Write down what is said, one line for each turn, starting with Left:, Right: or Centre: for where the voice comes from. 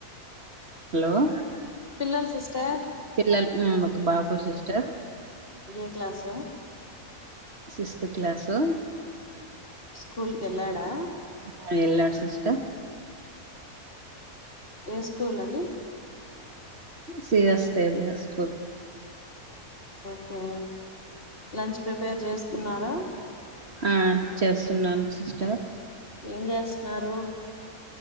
Right: హలో
Left: పిల్లలు సిస్టర్
Right: పిల్లలు ఉమ్ ఒక బాబు సిస్టర్
Left: ఏ క్లాసు
Right: సిక్స్త్ క్లాసు
Left: స్కూల్ కెళ్ళాడా
Right: ఆ ఎళ్ళాడు సిస్టర్
Left: ఏ స్కూల్ అండి
Right: C S K లర్ school
Left: okay lunch prepare చేస్తున్నారా
Right: ఆ చేస్తున్నాను సిస్టర్
Left: ఏం జేస్తున్నారు